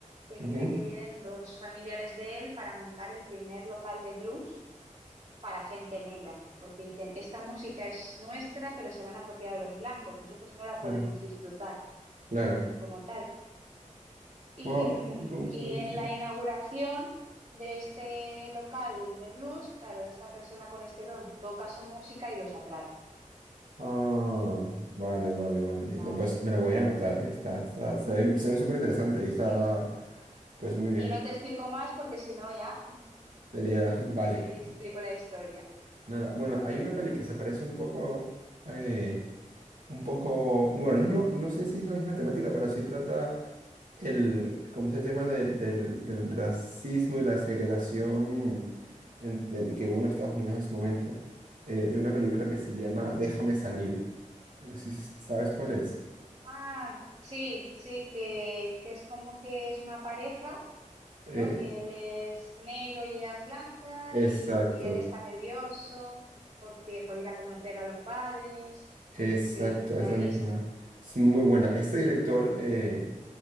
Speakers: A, on the right (about 50°); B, on the right (about 85°).
A: coincide
B: ujú,
A: que vienen dos familiares de él para montar el primer local de blues para gente negra, porque dicen, esta música es nuestra, pero se la han apropiado los blancos, nosotros no la
B: claro.
A: podemos disfrutar
B: Claro.
A: como tal. Y,
B: Wow,
A: mm,
B: me gusta,
A: y
B: me gusta.
A: en la inauguración de este local de blues, claro, esta persona con este don toca su música y los atrae,
B: Ah, vale, vale, vale, entiendo.
A: ¿vale?
B: Pues me la voy a anotar, ¿eh? Está, está- se ve, se ve súper interesante y
A: Sí.
B: está, pues muy bien.
A: Y no te explico más porque si no ya
B: Sería, <laughs> vale.
A: te explico la historia.
B: Nada, bueno, hay una peli que se parece un poco, eh, un poco, bueno, no, no sé si es la misma temática, pero sí trata el, como ese tema de- del, del racismo y la segregación en- de- de que hubo en Estados Unidos en su momento, eh, de una película que se llama Déjame salir. No sé si sabes cuál es.
A: Ah, sí, sí, que, que es como que es una pareja
B: Eh,
A: ¿no? Que él es negro y ella es blanca
B: exacto,
A: y, y él está nervioso porque por ir a conocer a los padres.
B: exacto,
A: Sí, la
B: esa
A: he visto.
B: misma. Es muy buena. Este director, eh,